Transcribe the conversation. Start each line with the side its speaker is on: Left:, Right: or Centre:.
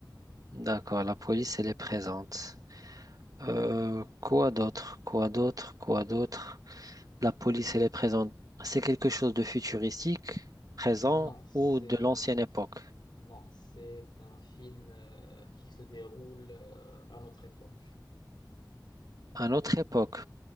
Right: D'accord, la police, elle est présente. Euh, quoi d'autre? Quoi d'autre? Quoi d'autre? La police, elle est présente. C'est quelque chose de futuristique, présent
Left: Non, c'est
Right: ou de l'ancienne
Left: euh,
Right: époque.
Left: non, c'est un film euh, qui se déroule euh, à notre époque.
Right: À notre époque.